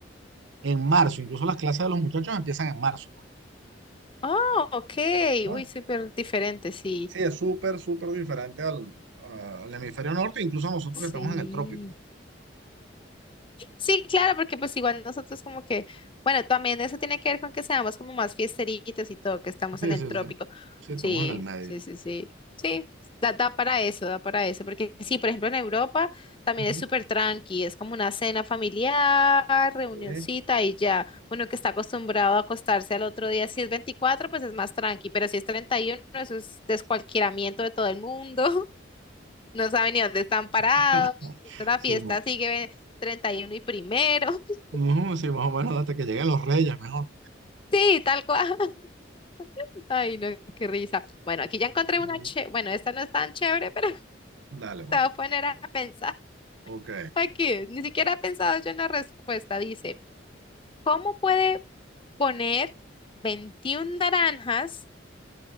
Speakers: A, on the right; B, on the left.
A: en marzo. Incluso las clases de los muchachos empiezan en marzo, pues,
B: Oh, ok.
A: ¿no?
B: Uy, súper diferente, sí.
A: Sí, es súper, súper diferente al, al hemisferio norte, incluso nosotros
B: sí.
A: que estamos en el trópico, ¿no?
B: Sí, claro, porque pues igual nosotros como que, bueno, también eso tiene que ver con que seamos como más fiesteritos y todo, que estamos
A: Sí,
B: en el
A: sí,
B: trópico.
A: sí. Sí, estamos
B: Sí,
A: en el medio.
B: sí, sí, sí. Sí, da, da para eso, da para eso, porque sí, por ejemplo, en Europa también
A: Ujú.
B: es súper tranqui, es como una cena familiar, reunioncita
A: Sí.
B: y ya. Uno que está acostumbrado a acostarse al otro día, si es 24, pues es más tranqui, pero si es 31, eso es descualquieramiento de todo el mundo no saben ni dónde están parados,
A: <laughs>
B: la
A: Sí,
B: fiesta sigue treinta y uno y primero. <laughs>
A: Ujú, sí, más o menos hasta que lleguen los reyes, mejor.
B: Sí, tal cual. <laughs> Ay, no, qué risa. Bueno, aquí ya encontré
A: Mm,
B: una che, bueno, esta no es tan chévere, pero <laughs>
A: Dale, pues.
B: te voy a poner a pensar.
A: Ok,
B: Aquí, ni siquiera he pensado yo en la respuesta. Dice, ¿cómo puede poner 21 naranjas